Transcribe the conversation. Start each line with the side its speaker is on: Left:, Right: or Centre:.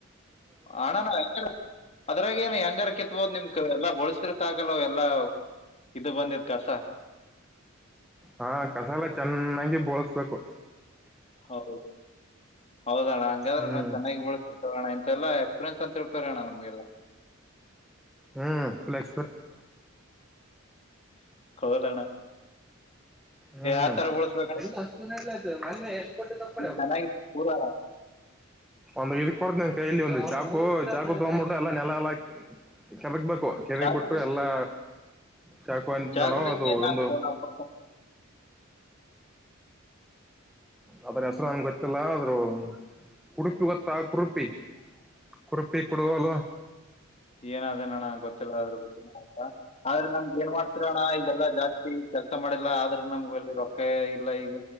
Left: ಹಣಾನ ಅದ್ರಾಗ ಏ ಹೆಂಗಾರ ಕಿತ್ಬೋದ್ ನಿಮ್ ಎಲ್ಲಾ ಬಳಸ ಬಸರು ಸಾಕಲ್ಲ ಎಲ್ಲಾ ಇದು ಬಂದಿದ್ ಕಸ
Centre: ಹಾ ಕಸ ಎಲ್ಲ ಚೆನ್ನಾಗಿ ಬೋಳ್ಸ್ಬೇಕು
Left: ಹೌದು ಹೌದಣ್ಣ ಹಂಗಾದ್ರೆ
Centre: ಹ್ಮ್
Left: ನಾವು ಚೆನ್ನಾಗಿ ಬಳೋಣ ಇಂತೆ ಎಲ್ಲಾ ಎಕ್ಸ್ಪೀರಿಯನ್ಸ್ ಸತ್ಳ್ಕರಣ ನಮಗೆಲ್ಲ
Centre: ಹ್ಮ್ ಫುಲ್ ಎಕ್ಸ್ಪೀರಿಯನ್ಸ್
Left: ಕೊದಣ್ಣ
Centre: ಹ್ಮ್
Left: ಆತರ ಬಳಸ
Centre: ಎಲ್ಲ ಅಷ್ಟಲ್ಲ ಆ್ತು ನೆ ಎಷ್ಟಪಟ್ಟು ತಪ್ಪ
Left: ನೀನ್ ಚೆನ್ನಾಗಿ ಪೂರಾ
Centre: ಒಂದು ಇದ್ ಕೊಡ್ ನನ್ ಕೈಯಲ್ಲಿ ಒಂದು ಚಾಪ ಚು ಚಾಕು ತಗ್ಬಿಟ್ಟು ಎಲ್ಲಾ ನೆಲ ಎಲ್ಲ ಚದಕ್ಬೇಕು ಕೆರಿಗ್
Left: ಚಾಕುಲಿ
Centre: ಬಿಿಟ್ಟು ಎಲ್ಲಾ ಚಾಕುವ ಅಂತ
Left: ಚಾಕುಲಿ
Centre: ನೋಡ ಅದು
Left: ಏನ್
Centre: ಒಂದು
Left: ಅಣ್ಣ
Centre: ಅದ್ರ ಹೆಸರು ಹಂಗೆ ಗೊತ್ತಿಲ್ಲ ಆದ್ರರು ಕುಡಕ ಗತ್ತಾ ಕುರುಪಿ ಕುರುಪಿ ಕುಡುವಲು
Left: ಏನಾದ ಅಣ್ಣ ಗೊತ್ತಿಲ್ಲ ಅದ್ರ ಗಗ್ ಆ್ತಾ ಆದ್ರೆ ನಮ್ಗೆ ಏನ್ ಮಾಡ್ತಿರೋಣ್ಣ ಇದೆಲ್ಲಾ ಜಾಸ್ತಿ ಕೆಲ್ಸ ಮಾಡಿಲ್ಲ ಆದ್ರೆ ನಮ್ಗೆಲ್ಲಿ ರೊಕ್ಕ ಇಲ್ಲ ಈಗ